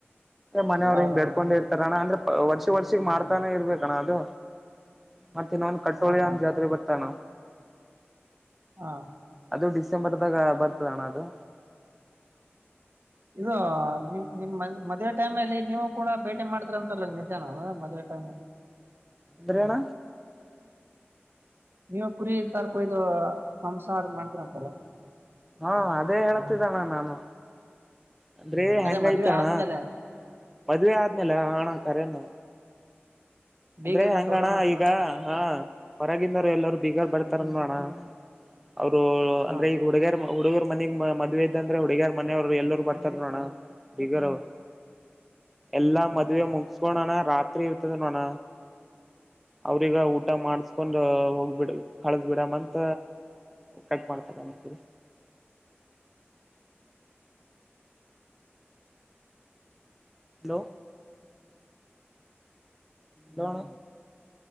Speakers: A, in the centre; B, on the right.
A: ಮನೆಯವ್
B: ಹೌದೌದು
A: ಹಿಂಗ್ ಬೆಡ್ಕೊಂಡಿ ಇರ್ತಾರಣ್ಣ ಅಂದ್ರೆ ವರ್ಷ ವರ್ಷಿ ಮಾಡ್ತಾನೆ ಇರ್ಬೇಕಣ್ಣ ಅದು ಮತ್ತೆ ಇನ್ನೊಂದ್ ಕಟ್ಟೋಳೆ
B: ಹಾ ಹಾ
A: ಅಂದ್ ಜಾತ್ರೆ ಬರ್ತ ನಾ
B: ಹಾ
A: ಇದು ಡಿಸೆಂಬರ್ದಾಗ ಬರ್ತದಣ್ಣ ಅದು
B: ಇದಾ ನಿಮ ನಿಮ ಮದ್ವೆ ಟೈಮ್ಲ್ಲಿ ನೀವು ಕೂಡ ಭೇಟಿ ಮಾಡ್ತ್ರ ಅಂತಲ್ಲ ನಿಜಾನ ಮದ್ ಟೈಮ ಅಲ್ಲಿ <inaudible>
A: ಬ್ರೇಣ
B: ನೀವು ಕುರಿ ತಾರ್ಕಯ್ದ ಹಂಸ ಅ ಮಾಡ್ತರಂತಲ್ಲ
A: ಹಾ ಅದೇ ಹೇತಿದ್ದಣ್ಣ ನಾನು ಅಂದ್ರೆ
B: ಅದೇ
A: ಹೆಂಗಾಯ್ತ
B: ಮದ್ವೆ
A: ಅಣ
B: ಆದ್ಮೇಲೆ
A: ಮದ್ವೆ ಆದ್ಮೇಲ ಹಣ ಕರೇನು
B: ಬೀಗರ್ಗಂತ
A: ಅಂದ್ರೆ ಹಂಗಣ್ಣ
B: ಊಟ ಮಾಡ್ತಾರಂತಲ್ಲ
A: ಈಗ ಹಾ ಹೊರಗಿಂದವರು ಎಲ್ಲರ ಬೀಗಾರ್ ಬಡ್ತಾರನ್ ಮಾಡೋಣ ಅವರು
B: ಹ
A: ಅಂದ್ರೆ ಈಗ ಹುಡುಗರ್ ಹುಡುಗರ್ ಮನಗ್ ಮ ಮದ್ವೆ ಇದ್ದ ಅಂದ್ರೆ ಹುಡುಗಿಯರ್ ಮನೆಯವರು ಎಲ್ಲರು ಬರ್ತಾರ ನೋಣ ಬಿಗರು ಎಲ್ಲಾ ಮದ್ವೆ ಮುಗಸ್ಕೋಣ ರಾತ್ರಿ ಇರ್ತದ ನೋಣ
B: <inaudible>
A: ಅವ್ರಿಗ ಊಟ ಮಾಡಸ್ಕೊಂಡ ಹೋಗ್ಬಿಡ ಕಳಸ್ಬಿಡಮ್ಮಂತ ಕಟ್ ಮಾಡ್ತಾರಣಕ್ಕ
B: <inaudible>
A: ಹಲೋ ಲೋಣ